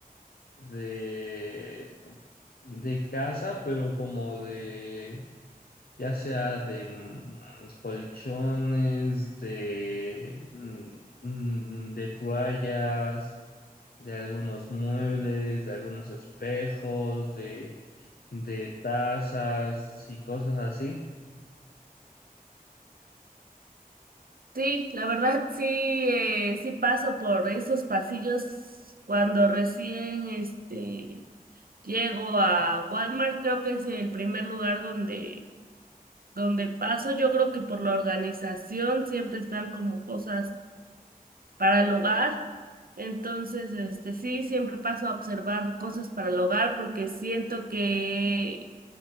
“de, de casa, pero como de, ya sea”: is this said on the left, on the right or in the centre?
Left